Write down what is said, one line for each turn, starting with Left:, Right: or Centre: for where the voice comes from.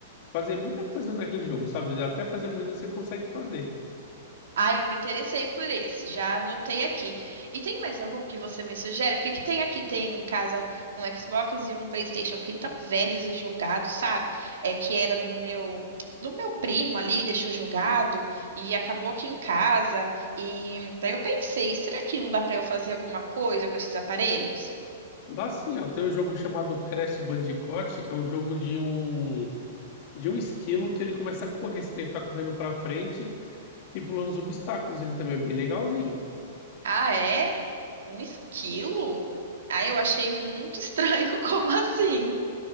Left: fazer muita coisa naquele jogo, sabe? Até fazer comida você consegue fazer.
Right: Ah, eu me interessei por esse, já anotei aqui. E tem mais algum que você me sugere? Porque que tem aqui, tem em casa um Xbox e um PlayStation que tão velhos e jogados, sabe? É que era do meu do meu primo ali, deixou jogado e acabou aqui em casa. E daí eu pensei, será que não dá para eu fazer alguma coisa com esses aparelhos?
Left: Dá sim, ó. Tem um jogo chamado Crash Bandicoot, é um jogo de um de um esquilo que ele começa a correr, você tem que ficar correndo pra frente e pulando os obstáculos. Ele também é bem legalzinho.
Right: Ah, é? Um esquilo? Ah, eu achei muito estranho, <laughs> como assim?